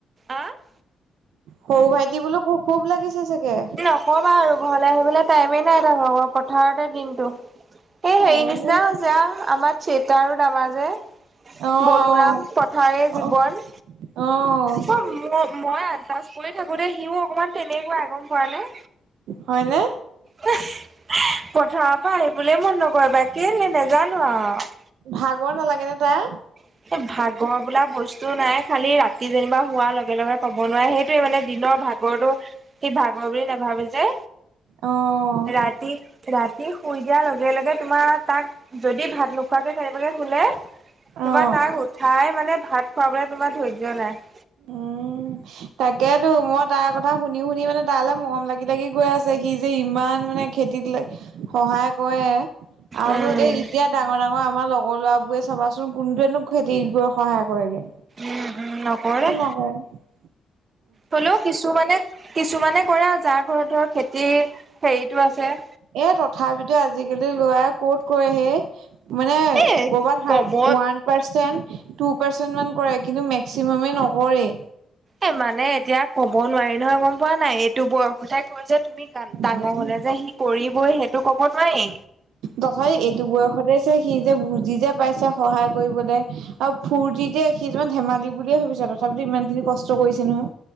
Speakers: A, on the right; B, on the right.
A: আ?
B: সৰু ভাইটি বোলো খুব লাগিছে চাগে?
A: নকবা আৰু ঘৰলে আহিবলৈ টাইমে নাই তাৰ পথাৰতে দিনটো। এই হেৰি
B: আই
A: নিচিনা
B: মোৰ
A: হৈছে আৰু আমাৰ চেতা দামা যে।
B: অ'
A: বলোৰাম পথাৰে
B: অ'
A: জীৱন
B: অ' অ'
A: চব ম মই আণ্ডাছ কৰি থাকোঁতে সিও অকণমান তেনেকুৱা আ গ'ম পোৱা নে?
B: হয়নে?
A: পথাৰৰ পৰা আহিবলৈ মন নকৰে বা কেলেই নোজানো আৰু।
B: ভাগৰ নালাগে নে তাৰ?
A: এ ভাগৰ বোলা বস্তু নাই, খালি ৰাতি যেনিবা শোৱাৰ লগে লগে ক'ব নোৱাৰ। সেইটোয়ে মানে দিনৰ ভাগ গৰটো সি ভাগৰ বুলি নাভাবে যে।
B: অ',
A: ৰাতি ৰাতি শুই দিয়াৰ লগে লগে তোমাৰ তাক, যদি ভাত নোখোৱাকে কেনেবাকে শুলে তোমাৰ
B: অ',
A: তাক উঠাই মানে ভাত খোৱাবলৈ তোমাৰ ধৈৰ্য নাই।
B: উম। তাকেতো, মই তাৰ কথা শুনি শুনি মানে তালৈ মৰম লাগি লাগি গৈ আছে। সি যে ইমান মানে খেতিত ল সহায় কৰে আৰুনো
A: উম
B: এই এতিয়া ডাঙৰ ডাঙৰ আমাৰ লগৰ ল'ৰাবোৰে চাবাচোন কোনটোৱেনো খেতিব সহায় কৰেগে।
A: উম হুম নকৰে।
B: হয়।
A: হ'লেও কিছুমানে কিছুমানে কৰে আৰু যাৰ ঘৰত ধৰ খেতিৰ হেৰিতো আছে।
B: এ তথাপিতো আজিকালি ল'ৰাই ক'ত কৰে হেই। মানে
A: এ
B: ক'ৰবাত
A: ক'ব
B: ওৱান ৰ্পাচেণ্ট টু ৰ্পাচেণ্ট মান কৰে, কিন্তু মেক্সিমামে নকৰেই।
A: এ মানে এতিয়া ক'ব নোৱাৰি নহয়, গ'ম পোৱা নাই এইটো বয়সতোই কয় যে তুমি ডাঙৰ
B: দিয়াচোন
A: হ'লে যে সি কৰিবই সেইটো ক'ব নোৱাৰি।
B: দখয়ি এইটো বয়সতে যে সি যে বুজি যে পাইছে সহায় কৰিবলৈ। আৰু ফূুৰ্তিতে সি যেনিবা ধেমালি বুলিয়ে ভাবিছে তথাপিতো ইমান খিনি কষ্ট কৰিছে নহয়।